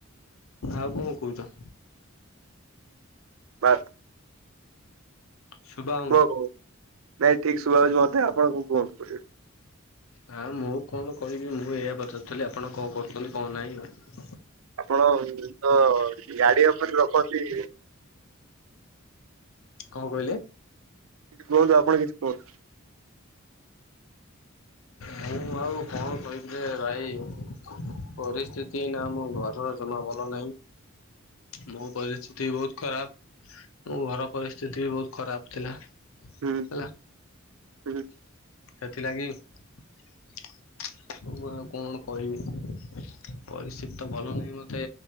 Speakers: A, on the left; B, on the right.
A: ଆଉ କଣ କହୁଛ
B: ବାତ
A: ଶୁଭା ହଉନି
B: କୁହ କୁହ ନାଇଁ ଠିକ ଶୁଭା ଯାଉଛି ମତେ ଆପଣ କଣ କୁହନ୍ତୁ କରିବେ
A: ହଁ ମୁଁ କଣ କହିବି ମୁଁ ଏଇଆ ପଚାରୁଥିଲି ଆପଣ କଣ କରୁଛନ୍ତି କଣ ନାହିଁ ଆଉ
B: ଆପଣ ତ ଗାଡିଆ ଉପରେ ରଖନ୍ତି
A: କଣ କହିଲେ
B: କିଛି କୁହନ୍ତୁ ଆପଣ କିଛି କୁହନ୍ତୁ <inaudible>
A: ମୁଁ ଆଉ କଣ କହିବି ରେ ଭାଇ ପରିସ୍ଥିତି ଏଇନା ଆମ ଘରର ଜମା ଭଲ ନାହିଁ ମୋ ପରିସ୍ଥିତି ବହୁତ ଖରାପ ମୋ ଘର ପରିସ୍ଥିତି ବି ବହୁତ ଖରାପ ଥିଲା
B: ହୁଁ
A: ହେଲା
B: ହୁଁ
A: ସେଥିଲାଗି ତ ମୁଁ ଆଉ କଣ କହିବି ପରିସ୍ଥିତି ତ ଭଲ ନାହିଁ ମୋତେ